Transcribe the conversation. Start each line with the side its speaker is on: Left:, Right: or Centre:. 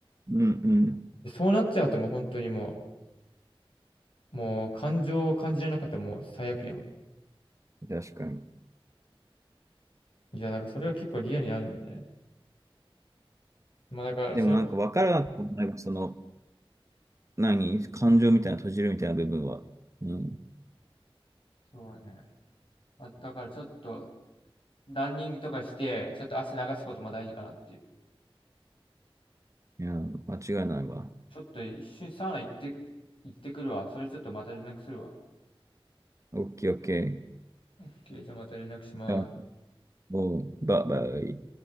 Right: う。うんう
Left: でそうなっちゃうともう本当にもう、もう感情を感じられなかったらもう最悪や
Right: ん。確かに。
Left: ん。いや、だからそれは結構リアルにあるんだね。まあだから、
Right: でもなんか分からなくもない、
Left: それ、
Right: その、何、感情みたいな閉じるみたいな部分は。うん
Left: そうだね。まあ、だからちょっと、ランニングとかして、ちょっと汗流すことも大事かなっていう。
Right: いや、間違いないわ。
Left: ちょっと一瞬サウナ行って、行ってくるわ。それちょっとまた連絡するわ。
Right: オッケーオッケー。い
Left: OK、じゃあまた連絡します。
Right: やもう、バイバイ。